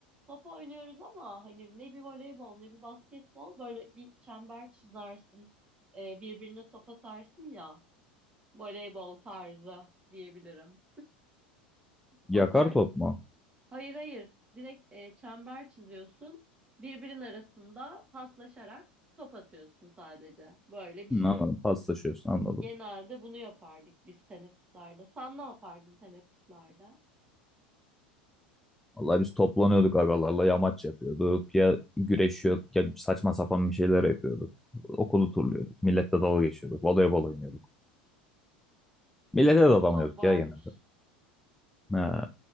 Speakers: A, on the right; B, in the centre.
A: top oynuyoruz ama hani ne bir voleybol ne bir basketbol böyle bir çember çizersin. E, birbirine top atarsın ya voleybol tarzı diyebilirim.
B: Yakar
A: O tarz.
B: top mu?
A: Hayır hayır direkt e, çember çiziyorsun. Birbirinin arasında paslaşarak top atıyorsun sadece. Böyle bir şey.
B: Hı, anladım. Paslaşıyorsun anladım.
A: Genelde bunu yapardık biz teneffüslerde. Sen ne yapardın teneffüslerde?
B: Vallahi biz toplanıyorduk agalarla. Yamaç yapıyorduk. Ya güreşiyorduk. Ya saçma sapan bir şeyler yapıyorduk. Okulu turluyorduk. Milletle dalga geçiyorduk. Voleybol oynuyorduk.
A: <laughs>
B: Millete
A: Sizde
B: de
A: de
B: dalamıyorduk
A: bir top varmış.
B: ya genelde. Ha.